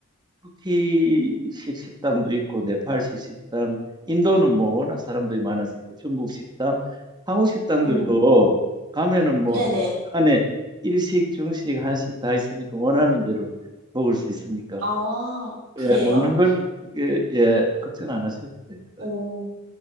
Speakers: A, on the right; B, on the right.
A: 터키식 식당도 있고 네팔식 식당, 인도는 뭐 워낙 사람들이 많아서 있고 중국 식당, 한국 식당들도
B: 음,
A: 가면은 뭐
B: 네네.
A: 안에 일식, 중식, 한식 다 있으니까 원하는 대로 먹을 수 있으니까
B: 아, 그래요?
A: 예, 먹는 거는 크게 예, 걱정 안 하셔도 될 것 같아요.
B: 오.